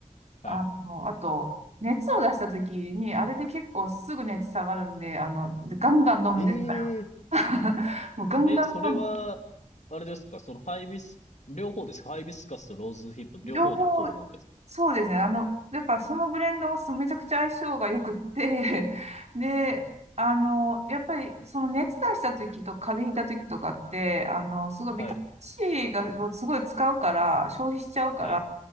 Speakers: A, on the left; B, on the right.
A: はい。
B: あの、あと、熱を出した時に、あれで結構すぐ熱下がるんで、あの、ガンガン飲むんですから。
A: ええ
B: <laughs> もうガンガン飲む。
A: え、それは、あれですか、そのハイビス、両方ですかハイビスカスとローズヒップ、両方の効能です
B: 情報、そうですね。あの、やっぱそのブレンドはすめちゃくちゃ相性が良くって、<laughs> で、あの、やっぱりその熱出した時と風邪ひいた時とかって、あの、すごいビタミン
A: かはい、
B: C がもうすごい使うから、消費しちゃうから、
A: はい、